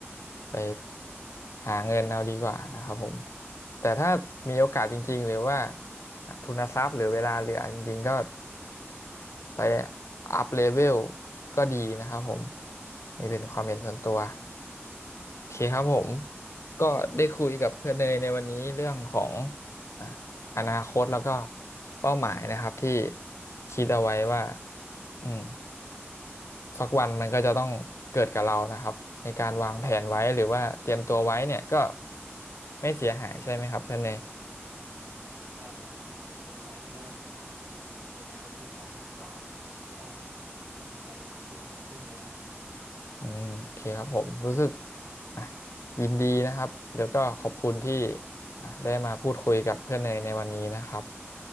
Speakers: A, on the left; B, on the right.
A: ไปหาเงินเอาดีกว่านะครับผมแต่ถ้ามีโอกาสจริงๆหรือว่าทุนทรัพย์หรือเวลาเหลือจริงๆก็ไปอัพเลเวลก็ดีนะครับผมนี่เป็นความเห็นส่วนตัวโอเคครับผมก็ได้คุยกับเพื่อนเนยในวันนี้เรื่องของอ่ะอนาคตแล้วก็เป้าหมายนะครับที่คิดเอาไว้ว่าอืม สักวันมันก็จะต้องเกิดกับเรานะครับในการวางแผนไว้หรือว่าเตรียมตัวไว้เนี่ยก็
B: ใช่ครับ
A: ไม่เสียหายใช่ไหมครับเพื่อนเนย
B: ใช่ครับผมเตรียมตัวไว้นี่ก็เป็นการรู้ทันรู้ก่อนก็มีชัยกับคนอื่นของเราซึ่งแล้ว
A: อืมโอเคครับผมรู้สึกอ่ะยินดีนะครับแล้วก็ขอบคุณที่อ่ะได้มาพูดคุยกับเพื่อนเนยในวันนี้นะครับ